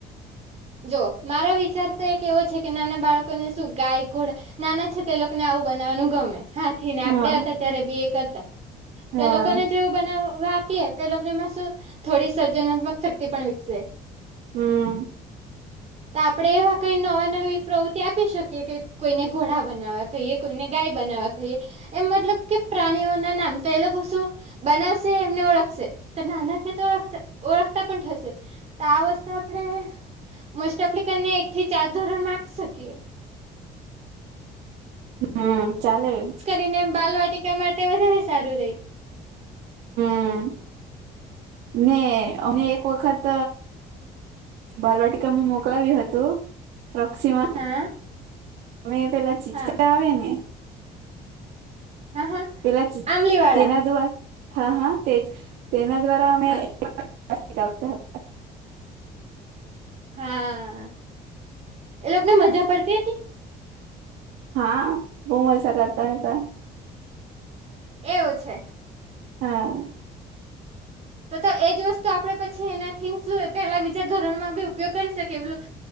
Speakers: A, on the right (about 40°); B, on the right (about 90°).
A: જો મારો વિચાર તો એક એવો છે કે નાના બાળકોને શું ગાય, ઘોડા નાના છે તે લોકોને આવું બનાવાનું ગમે હા થીને આપણેે
B: હા
A: હતા ત્યારે બી એ કરતા તો
B: હા
A: એ લોકોને જેવું બનાવવા આપીએ તે લોકોનેમાં શું થોડી સર્જનાત્મક શક્તિ પણ વિકસે
B: હમ
A: તો આપડે એવા કઈ નવા નવી પ્રવૃત્તિ આપી શકીએ કે કોઈને ઘોડા બનાવા કહીએ કોઈને ગાય બનાવવા કહીએ એમ મતલબ કે પ્રાણીઓના નામ તો એ લોકો શું બનાવશે એમને ઓળખશે તો નાનાથી તો ઓખ ઓળખતા પણ થશે તો આ વસ્તુ આપણે મસ્ટ એપ્લિકને એક થી ચાર ધોરણ માં આપી શકીએ
B: હમ ચાલે
A: તેને બાલ વાટિકા માટે વધારે સારું રેય
B: હમ ને અમે એક વખત બાલવાટિકામાં મોકલાવ્યું હતું રક્ષીમા
A: હા
B: તમે પેલા ચીચકા
A: હા
B: આવે ને
A: હા હા
B: પેલા
A: આંમલી વાળા
B: જેના દ્વારા હા હા તેજ તેના દ્વારા અમે
A: હા
B: <unintelligible>
A: હા એ લોકો ને મજા પડતી હતી
B: હા બઉ મઝા કરતા હતા
A: એવું છે
B: હા
A: તો તો એજ વસ્તુ આપડે પછી એનાથી શું પેલા બીજા ધોરણમાં બી ઉપયોગ કરી શકીએ પેલું